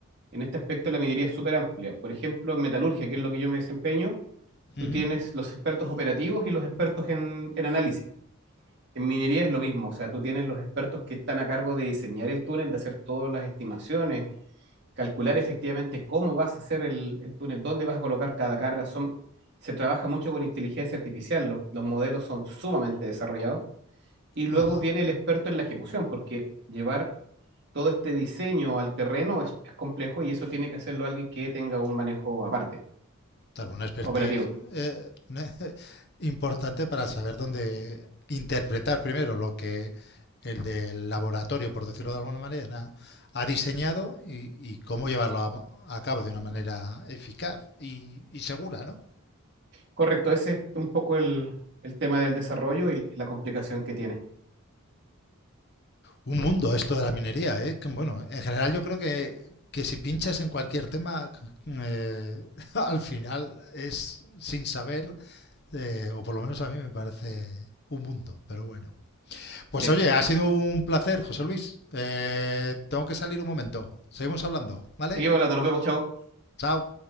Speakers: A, on the right (about 50°); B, on the left (about 50°).
A: En este aspecto la minería es súper amplia. Por ejemplo, en metalurgia, que es lo que yo me desempeño, tú
B: Uh -huh.
A: tienes los expertos operativos y los expertos en, en análisis. En minería es lo mismo, o sea, tú tienes los expertos que están a cargo de diseñar el túnel, de hacer todas las estimaciones, calcular efectivamente cómo vas a hacer el, el túnel, dónde vas a colocar cada carga. Son, se trabaja mucho con inteligencia artificial, lo- los modelos son sumamente desarrollados. Y luego
B: Ajá.
A: viene el experto en la ejecución, porque llevar todo este diseño al terreno es, es complejo y eso tiene que hacerlo alguien que tenga un manejo aparte,
B: Claro, un expertise
A: operativo.
B: eh, ne- <laughs> importante para saber dónde interpretar primero lo que el del laboratorio, por decirlo de alguna manera, ha diseñado y, y cómo llevarlo a, mo- a cabo de una manera eficaz y, y segura, ¿no?
A: Correcto, ese es un poco el, el tema del desarrollo y la complicación que tiene.
B: Un mundo esto de la minería, ¿eh? Que, Bueno, en general yo creo que, que si pinchas en cualquier tema, eh, <laughs> al final es sin saber, eh, o por lo menos a mí me parece un mundo, pero bueno. Pues
A: Sí.
B: oye, ha sido un placer, José Luis. Eh, tengo que salir un momento. Seguimos hablando, ¿vale?
A: Seguimos hablando, nos vemos, chao.
B: Chao.